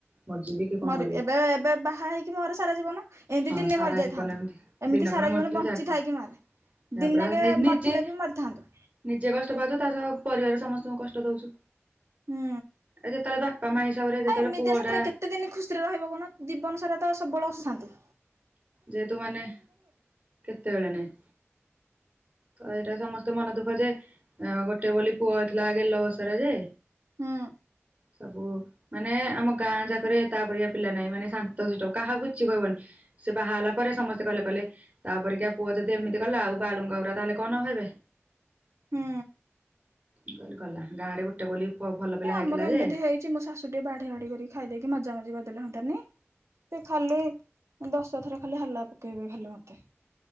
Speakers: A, on the right (about 45°); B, on the right (about 85°).
A: ମରିଜିବି କି। କଣ
B: ମରିବି
A: କରିବି
B: ଏବେ ଏବେ ବାହା ହେଇକି ମର ସାରା ଜୀବନ ଏଁତି
A: ହଁ
B: ଦିନେ
A: ସାରା
B: ମରିଯାଇଥାନ୍ତୁ।
A: ଜୀବନ ଏମିତି
B: ଏମିତି
A: ଦିନକରେ
B: ସାରା
A: ମରିଥିଲେ
B: ଜୀବନ ବଞ୍ଚିଥାଇକି
A: ଯାହା ତା
B: ମରେ ଦିନକେ
A: ପୁରା ନିଜେ
B: ମରିଥିଲେ ବି ମରିଥାନ୍ତୁ।
A: ନିଜେ କଷ୍ଟ ପାଉଛୁ ତା ସହ ପରିବାର ସମସ୍ତଙ୍କୁ କଷ୍ଟ ଦଉଛୁ।
B: ହୁଁ।
A: ଏ ଯେତେବେଳେ ବା ପା ମା ହିସାବରେ। ଯେତେବେଳେ
B: ଆ ଏମିତିଆ
A: ପୁଅ
B: ସେଥିରେ
A: ଟା
B: କେତେ ଦିନ ଖୁସିରେ ରହିବ କହୁନ ଜୀବନ ସାରା ତ ସବୁବେଳେ ଅସାନ୍ତି।
A: ଯେହେତୁ ମାନେ କେତେବେଳେ ନାଇଁ। ତ ଏଇଟା ସମସ୍ତେ ମନ ଦୁଃଖ ଯେ। ଆ ଗୋଟେ ବୋଲି ପୁଅ ହେଇଥିଲା ଗେଲବସର ଯେ।
B: ହୁଁ।
A: ସବୁ। ମାନେ ଆମ ଗାଁ ଯାକରେ ତା ଭଳିଆ ପିଲା ନାହିଁ ମାନେ ଶାନ୍ତ ଶିଷ୍ଟ କାହାକୁ କିଛି କହିବନି। ସେ ବାହା ହେଲା ପରେ ସମସ୍ତେ କହିଲେ କହିଲେ। ତା ପରିକା ପୁଅ ଯଦି ଏମିତି କଲା ଆଉ ବାଳୁଙ୍କା ଗୁରା ତା ହେଲେ କଣ ନହେବେ।
B: ହୁଁ।
A: ମୁଁ କହିଲି ଗଲା ଗାଁ ରେ ଗୋଟେ ବୋଲି। ଭଲ ପିଲା
B: ଏ ଆମର
A: ହେଇଥିଲା
B: ଏମିତି
A: ଯେ
B: ହେଇଛି ମୋ ଶାଶୁ। ତୁ ଟିକେ ବାଢିଆ ବାଢି କରି ଖାଇଦେଇକି ମଜା ମଜି କରିଦେଲେ ହଅନ୍ତାନି ତୁ ଖାଲି। ଦଶ ଥର ଖାଲି ହାଲା ପକେଇବେ ଖାଲି ମତେ।